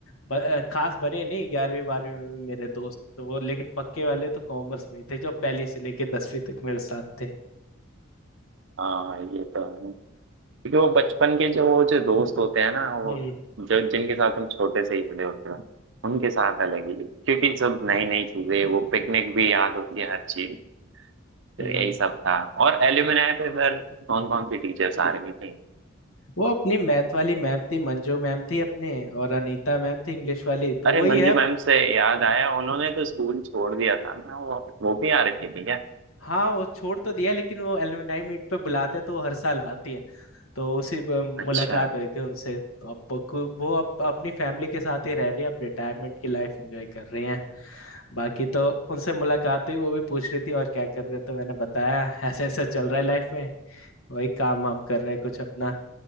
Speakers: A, on the left; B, on the right.
A: ब, अ, खास बने नहीं ग्यारहवीं बारहवीं में भी मेरे दोस्त तो वो लेकिन पक्के वाले तो कॉमर्स में ही थे जो पहली से लेके दसवीं तक मेरे साथ थे
B: हाँ ये तो है क्योंकि वो बचपन के जो वो जो दोस्त होते हैं ना वो
A: हम्म
B: जो जिनके साथ हम छोटे से ही जुड़े होते हैं उनके साथ अलग ही क्योंकि सब नई नई चीजें वो पिकनिक भी याद होती है हर चीज तो
A: हम्म
B: यही सब था और एल्यूमिनाई पे फिर कौन कौन सी टीचर्स आ रही थी
A: वो अपनी मैथ वाली मैम थी मंजू मैम थी अपने और अनीता मैम थी इंग्लिश वाली तो
B: अरे
A: वही
B: मंजू
A: है
B: मैम से याद आया उन्होंने तो स्कूल छोड़ दिया था ना वो वो भी आ रखी थी क्या
A: हाँ वो छोड़ तो दिया लेकिन वो एलुमनाई मीट पे बुलाते हैं, तो वो हर साल आती है तो उसी ब-
B: अच्छा
A: मुलाकात हुई थी उनसे तो अब वो कु- वो अब अपनी फैमिली के साथ ही रह रही है अब रिटायरमेंट की लाइफ एंजॉय कर रही हैं बाकी तो उनसे मुलाकात हुई वो भी पूछ रही थी और क्या कर रहे हो तो मैंने बताया ऐसा ऐसा चल रहा है लाइफ में वही काम वाम कर रहे हैं कुछ अपना